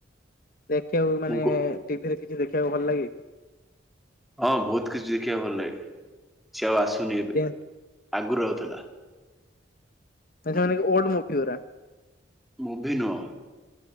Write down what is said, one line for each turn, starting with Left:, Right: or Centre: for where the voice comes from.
Left: ଦେଖିବାକୁ ମାନେ
Centre: ମୁଁ କ
Left: ଟିଭିରେ କିଛି ଦେଖିବାକୁ ଭଲ ଲାଗେ।
Centre: ହଁ ବହୁତ କିଛି ଦେଖିବାକୁ ଭଲ ଲାଗେ ସିଏ ଆଉ ଆସୁନି ଏବେ
Left: ଯେ
Centre: ଆଗରୁ ଆଉଥିଲା।
Left: ଦେଖିବାଲଗି
Centre: ହୁଁ
Left: ଓଲଡ ମ ମୁଭିିଗୁରା <unintelligible>
Centre: ମୁଭି ନୁହ।